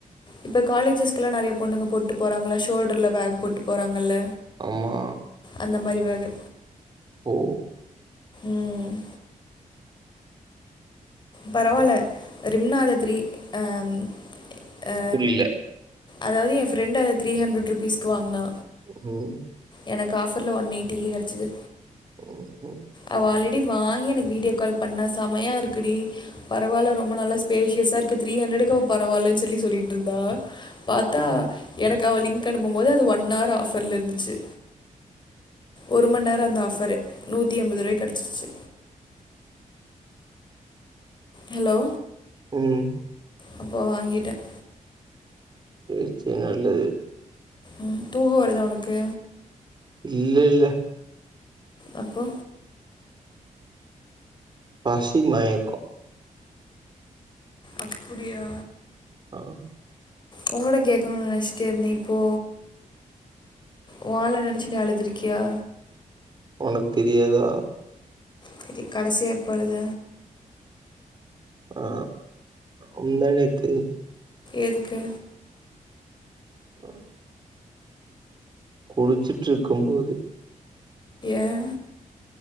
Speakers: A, on the left; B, on the right.
A: இப்ப காலேஜஸ்கெல்லா நெறைய பொண்ணுங்க போட்டு போறாங்கல ஷோல்டர்ல பேக் போட்டு போறாங்கல்ல
B: ஆமா
A: அந்த மாரி பேகு
B: ஓ
A: ம் பரவால்ல ரிம்னா அத த்ரீ அ ம் அ
B: புரியல
A: அதாவது எ ஃப்ரெண்டு அத த்ரீ ஹண்ட்ரட் ருப்பீஸ்க்கு வாங்னா
B: ஒ ஒ
A: எனக்கு ஆஃபர்ல ஒன் எயிட்டிக்கு கெடச்சிது
B: உ உ
A: அவ ஆல்ரெடி வாங்கி எனக்கு வீடியோ கால் பண்ணா சமையா இருக்குடி பரவால ரொம்ப நல்ல ஸ்பேஷியஸா இருக்கு த்ரீ ஹண்ட்ரடுக் அவ பரவாலன் சொல்லி சொல்லிகிட்ருந்தா பார்த்தா
B: ம்
A: எனக்கு அவ லிங்க் அனுப்பும் போது அது ஒன் ஹவர் ஆஃபர்ல இருந்துச்சு ஒரு மணி நேரம் அந்த ஆஃபரு நூத்தி எம்பது ரூபாய்க்கு கிடைச்சிருச்சு ஹலோ
B: ம்
A: அப்போ வாங்கிட்டேன்
B: சேர் சேர் நல்லது
A: ம் தூக்கம் வருதா உனக்கு
B: இல்ல இல்ல
A: அப்போ
B: பசி மயக்கம்
A: அப்படியா
B: ஆ
A: உங்களோட கேட்கணும்னு நினச்சிட்டே இருந்தேன் இப்போ உன் ஆள நெனைச்சு நீ அழுதுருக்கியா
B: உனக்கு தெரியாதா
A: செரி கடைசியா எப்போ அழுத
B: ஆ முந்தாநேத்திக்கு
A: எதுக்கு
B: ஓ குடிச்சுட்டு இருக்கும் போது
A: ஏன்